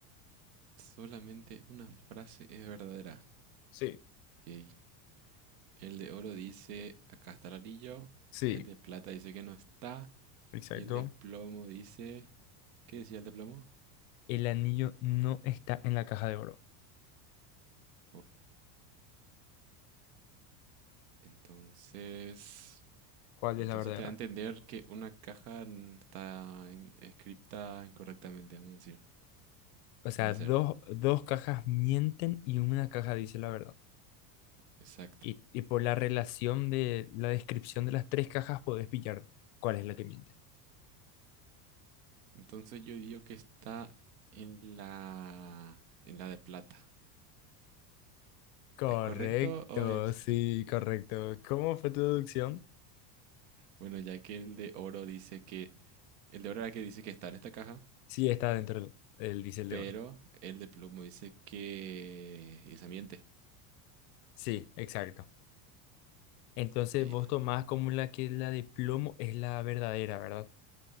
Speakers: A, on the right; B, on the left.
A: Solamente una frase es verdadera.
B: Sí,
A: Ok. El de oro dice, acá está el anillo.
B: Sí,
A: El de plata dice que no está.
B: exacto.
A: Y el de plomo dice, ¿qué decía el de plomo?
B: El anillo no está en la caja de oro.
A: Ok, entonces,
B: cuál
A: entonces
B: es la verdadera.
A: te da a entender que una caja n- está en- escrita incorrectamente, vamos a decir.
B: O sea,
A: Puede
B: dos,
A: ser,
B: dos cajas mienten y una caja dice la verdad.
A: exacto.
B: Y, y por la relación de la descripción de las tres cajas podés pillar cuál es la que miente.
A: Entonces yo digo que está en la, en la de plata.
B: Correcto,
A: ¿Es correcto o es?
B: sí, correcto. ¿Cómo fue tu deducción?
A: Bueno, ya que el de oro dice que, el de oro era el que dice que está en esta caja,
B: Sí, está dentro del, del diésel
A: pero
B: de oro.
A: el de plomo dice que, y se miente.
B: Sí, exacto. Entonces
A: Y ahí
B: vos
A: está.
B: tomás como la que la de plomo es la verdadera, ¿verdad?